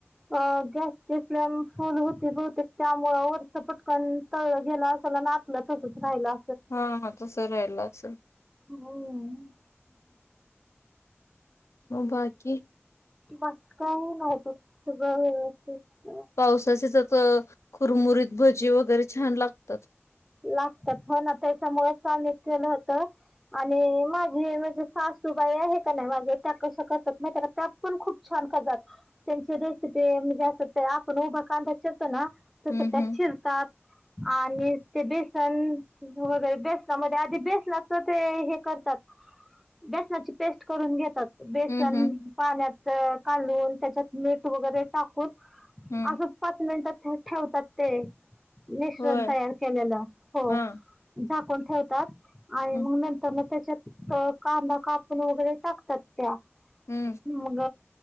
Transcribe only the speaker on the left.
हा हा तस राहिलाच ह
बाकी
पावसाचेच कुरमुरीत भजी वगैरे छान लागतात
हं
हं
हं हं
हं
होय
हा
हं
हं